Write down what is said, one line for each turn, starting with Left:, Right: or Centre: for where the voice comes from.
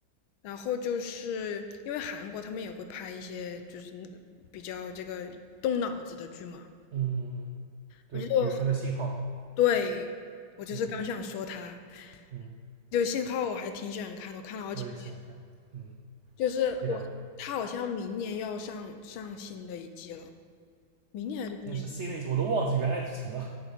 Left: 然后就是因为韩国他们也会拍一些就是比较这个动脑子的剧嘛。
Right: 嗯嗯嗯，对，
Left: 我觉得。
Right: 比如说那信号，
Left: 对，我就是刚想说他，
Right: 嗯嗯，
Left: 就信号我还挺喜欢看的，我看了好几遍。
Right: 我也喜欢看，嗯。
Left: 就是我，
Right: 非常好。
Left: 他好像明年要上上新的一季了，明年还是今年？
Right: 也是新的一集，我都忘记原来剧情了。